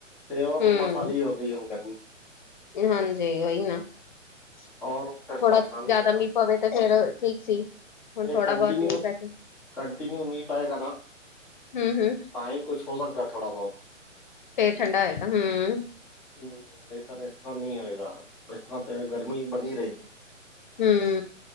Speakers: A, in the centre; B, on the left.
A: ਤੇ ਹੋਰ
B: ਹੂੰ,
A: ਮਸਾਲੀ ਹੋ ਗਈ ਹੁਣ ਗਰਮੀ।
B: ਹਾਂਜੀ ਓ ਈ ਨਾ ਹੋ
A: ਔਰ ਫਿਰ ਪਰੇਸ਼ਾਨੀ
B: ਥੋੜਾ ਜਾਦਾ
A: ਦਾ
B: ਮੀਂਹ ਪਵੇ ਤੇ ਫੇਰ ਠੀਕ ਸੀ। ਹੁਣ
A: ਏ
B: ਥੋੜਾ
A: ਕੰਟੀਨਿਊ-ਕੰਟੀਿਨਿਊ
B: ਬਹੁਤ ਮੀਂਹ ਪੈ ਕੇ
A: ਮੀਂਹ ਪਾਏਗਾ ਨਾ
B: ਹੂੰ-ਹੂੰ
A: ਤਾਂ ਈ ਕੁੱਛ ਹੋ ਸਕਦਾ ਥੋੜਾ ਬੋਤ।
B: ਫੇਰ ਠੰਡਾ ਹੋਏਗਾ ਹੂੰ।
A: ਹੂੰ ਨਈ ਤਾਂ ਇਸ ਤਰ੍ਹਾਂ ਨੀ ਹੋਏਗਾ ਇਸ ਤਰ੍ਹਾਂ ਤੇ ਗਰਮੀ ਬਣੀ ਰਏਗੀ।
B: ਹੂੰ।